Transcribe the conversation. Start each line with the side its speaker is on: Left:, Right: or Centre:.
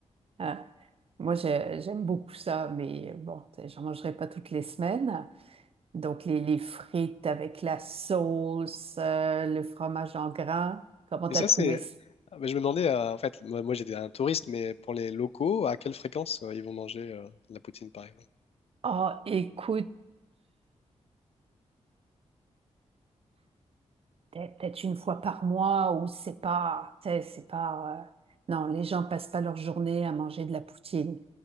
Right: Euh, moi, j'ai- j'aime beaucoup ça, mais bon, tu sais, j'en mangerai pas toutes les semaines. Donc, les, les frites avec la sauce, euh, le fromage en grains. Comment
Left: Et
Right: t'as
Left: ça,
Right: trouvé
Left: c'est.
Right: ça?
Left: ah, bah, je me demandais, euh, en fait, moi, moi, j'étais un touriste, mais pour les locaux, à quelle fréquence euh, ils vont manger euh, de la poutine, par exemple?
Right: Oh, écoute, peut- peut-être une fois par mois ou c'est pas, tu sais, c'est pas. euh, Non, les gens passent pas leur journée à manger de la poutine.